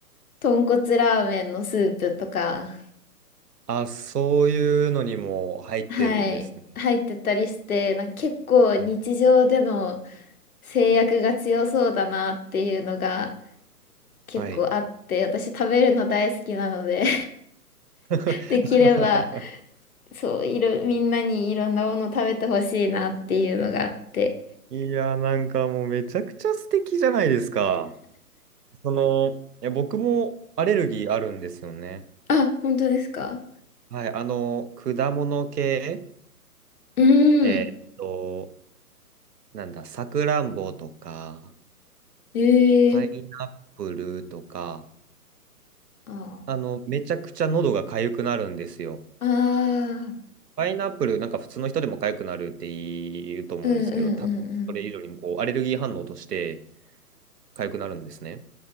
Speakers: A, on the left; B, on the right.
A: 豚骨ラーメンのスープとか、
B: あ、そういうのにも入ってるんですね。
A: はい、入ってたりして、なんか結構日常での
B: はい。
A: 制約が強そうだなっていうのが結構あって、
B: はい。
A: 私食べるの大好きなので
B: <laughs>
A: できれば、そう、いろ、みんなにいろんなもの食べてほしいなっていうのがあって。
B: いや、なんかもうめちゃくちゃ素敵じゃないですか。その、いや、僕もアレルギーあるんですよね。
A: あ、本当ですか
B: はい、あの、果物系、
A: うーん。
B: えーっと、なんだ、さくらんぼとか、
A: ええ
B: パイナップルとか、
A: あ
B: あの、めちゃくちゃ喉が痒くなるんですよ。
A: あ。ああ。
B: パイナップル、なんか普通の人でも痒くなるって言うと思うんですけど、
A: うんうんうんうん。
B: 多分それ以上にもこう、アレルギー反応として痒くなるんですね。